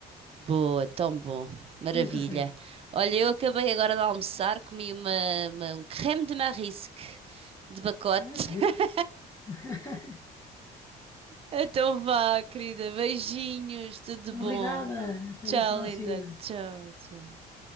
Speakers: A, on the right; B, on the left.
A: Boa, tão bom. Maravilha.
B: E um café.
A: Olha, eu acabei agora de almoçar, comi uma, uma- um creme de marisque de pacote.
B: Ah, que bom.
A: <laughs>
B: <laughs>
A: Então vá, querida. Beijinhos, tudo
B: Obrigada.
A: bom.
B: Até
A: Tchau,
B: uma próxima.
A: linda. Tchau, tchau.